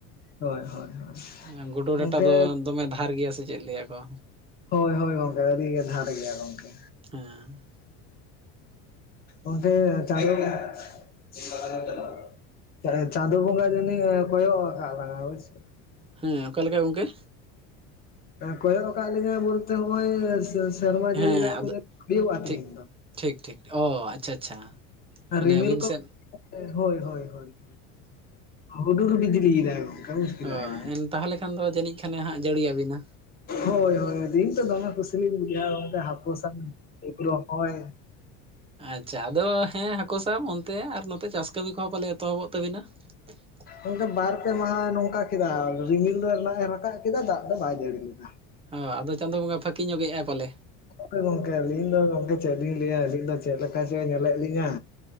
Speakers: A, on the left; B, on the right.
A: ᱦᱳᱭ ᱦᱳᱭ ᱦᱳᱭ ᱦᱳᱭ
B: ᱮᱸ ᱜᱩᱰᱳ
A: ᱜᱚᱝᱠᱮ
B: ᱰᱟᱴᱟ ᱫᱚ ᱫᱚᱢᱮ ᱫᱷᱟᱨ ᱜᱮᱭᱟ ᱥᱮ ᱪᱮᱫ ᱞᱟᱹᱭᱟ ᱠᱚ?
A: ᱦᱳᱭ ᱦᱳᱭ ᱜᱚᱝᱠᱮ ᱟᱹᱰᱤ ᱜᱮ ᱫᱷᱟᱨ ᱜᱮᱭᱟ ᱜᱚᱝᱠᱮ᱾
B: ᱦᱟᱸ᱾
A: ᱚᱱᱛᱮ <unintelligible> ᱫᱟᱠᱟ ᱡᱚᱢᱮᱢ ᱪᱟᱞᱟᱜᱼᱟ᱾ ᱪᱟ ᱪᱟᱸᱫᱳ ᱵᱚᱸᱜᱟ ᱡᱟᱱᱤᱡᱼᱮ ᱠᱚᱭᱚᱜ ᱠᱟᱜ ᱞᱟᱝᱟᱭ ᱦᱳᱭ ᱥᱮ?
B: ᱦᱮᱸ ᱚᱠᱟ ᱞᱮᱠᱟ ᱜᱚᱝᱠᱮ?
A: ᱠᱚᱭᱚᱜ ᱠᱟᱜ ᱞᱤᱧᱟ ᱵᱚᱞᱛᱮ ᱦᱚᱸᱚᱭ ᱥᱚᱨᱢᱟ
B: ᱦᱮᱸ
A: ᱡᱟᱹᱲᱤ ᱫᱟᱜ
B: ᱟᱫᱚ
A: ᱛᱮᱜᱮ ᱡᱟᱹᱱᱤᱡ ᱦᱩᱭᱩᱜᱼᱟ ᱛᱤᱦᱤᱧ
B: ᱴᱷᱤᱠ
A: ᱫᱚ᱾
B: ᱴᱷᱤᱠ ᱴᱷᱤᱠ ᱚ ᱟᱪᱪᱷᱟ ᱟᱪᱪᱷᱟ
A: ᱟᱨ
B: ᱢᱟᱱᱮ
A: ᱨᱤᱢᱤᱞ
B: ᱟᱹᱵᱤᱱ
A: ᱠᱚ
B: ᱥᱮᱫᱽ
A: ᱦᱳᱭ ᱦᱳᱭ ᱦᱳᱭ ᱦᱩᱰᱩᱨ ᱵᱤᱡᱞᱤ ᱫᱟᱭ ᱜᱚᱝᱠᱮ ᱵᱩᱡ ᱠᱮᱫᱟᱵᱤᱱ᱾
B: ᱚ ᱮᱱ ᱛᱟᱦᱚᱞᱮ ᱠᱷᱟᱱ ᱫᱚ ᱡᱟᱹᱱᱤᱡ ᱠᱷᱟᱱᱮ ᱦᱟᱸᱜ ᱡᱟᱹᱲᱤᱭᱟᱵᱤᱱᱟ᱾
A: ᱦᱳᱭ ᱦᱳᱭ ᱫᱤᱱ ᱛᱚ ᱫᱚᱢᱮ ᱠᱩᱥᱤᱞᱤᱧ ᱵᱩᱡᱷᱟᱹᱣᱟ ᱜᱚᱢᱠᱮ ᱦᱟᱹᱠᱩ ᱥᱟᱵ ᱨᱚᱦᱚᱭ
B: ᱟᱪᱪᱷᱟ ᱟᱫᱚ ᱦᱮᱸ ᱦᱟᱹᱠᱩ ᱥᱟᱵ ᱚᱱᱛᱮ ᱟᱨ ᱱᱚᱛᱮ ᱪᱟᱥ ᱠᱟᱹᱢᱤ ᱠᱚᱦᱚᱸ ᱯᱟᱞᱮ ᱮᱛᱚᱦᱚᱵᱚᱜ ᱛᱟᱹᱵᱤᱱᱟ? <inaudible>
A: ᱚᱱᱠᱟ ᱵᱟᱨ ᱯᱮ ᱢᱟᱦᱟᱭ ᱱᱚᱝᱠᱟ ᱠᱮᱫᱟ ᱨᱤᱢᱤᱞ ᱫᱚ ᱫᱟᱜ ᱮ ᱨᱟᱠᱟᱵ ᱠᱮᱫᱟ ᱫᱟᱜ ᱫᱚ ᱵᱟᱭ ᱡᱟᱹᱲᱤ ᱞᱮᱫᱟ᱾
B: ᱦᱚᱸ ᱟᱫᱚ ᱪᱟᱸᱫᱳ ᱵᱚᱸᱜᱟ ᱯᱷᱟᱸᱠᱤ ᱧᱚᱜᱮᱜᱼᱟᱭ ᱯᱟᱞᱮᱜ?
A: ᱦᱳᱭ ᱜᱚᱝᱠᱮ ᱟᱹᱞᱤᱧ ᱫᱚ ᱜᱚᱝᱠᱮ ᱪᱮᱫ ᱞᱤᱧ ᱞᱟᱹᱭᱟ ᱟᱹᱞᱤᱧ ᱫᱚ ᱪᱮᱫ ᱞᱮᱠᱟ ᱪᱚ ᱧᱮᱞᱮᱫ ᱞᱤᱧᱟ,